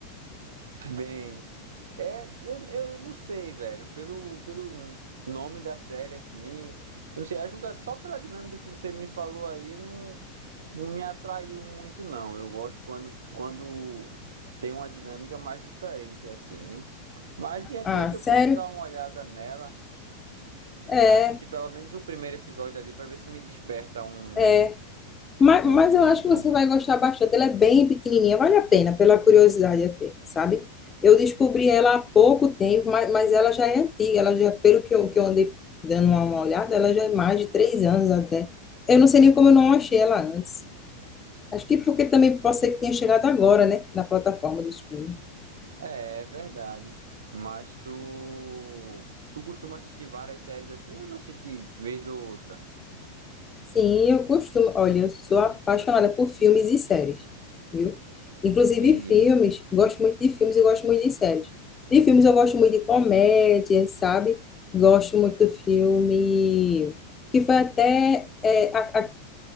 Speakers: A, on the right; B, on the left.
A: Bem, é, eu, eu não sei, velho, pelo, pelo nome da série, assim, eu não sei, a julgar só pela dinâmica que você me falou aí, não, não me atraiu muito, não. Eu gosto quando, quando tem uma dinâmica mais diferente, assim, né? Mas de repente
B: Ah, sério?
A: eu posso dar uma olhada nela,
B: é
A: assistir pelo menos o primeiro episódio ali pra ver se me desperta um,
B: É. Mas,
A: um,
B: mas
A: um,
B: eu acho que você
A: um
B: vai gostar bastante. Ela é bem pequenininha, vale a pena, pela curiosidade até, sabe? Eu descobri ela há pouco tempo, mas, mas ela já é antiga, ela já, pelo que eu, que eu andei dando uma, uma olhada, ela já é mais de três anos até. Eu não sei nem como eu não achei ela antes. Acho que porque também pode ser que tenha chegado agora, né? Na plataforma de streaming.
A: É, é verdade. Mas tu. Tu costuma assistir várias séries assim ou não assiste vez ou outra?
B: Sim, eu costumo. Olha, eu sou apaixonada por filmes e séries, viu? Inclusive
A: Entendi.
B: filmes, gosto muito de filmes e gosto muito de séries. De filmes eu gosto muito de comédia, sabe? Gosto muito do filme que foi até é, a, a-